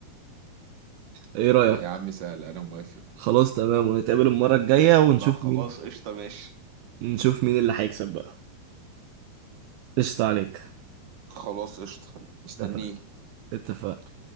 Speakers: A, on the right; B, on the right.
A: إيه رأيك؟
B: <laughs> يا عم سهل انا موافق
A: خلاص تمام ونتقابل المرة الجاية ونشوف
B: لا خلاص
A: مين
B: قشطه ماشي
A: نشوف مين اللي هيكسب بقى قشطة عليك
B: خلاص قشطه مستنيه
A: اتفقنا اتفقنا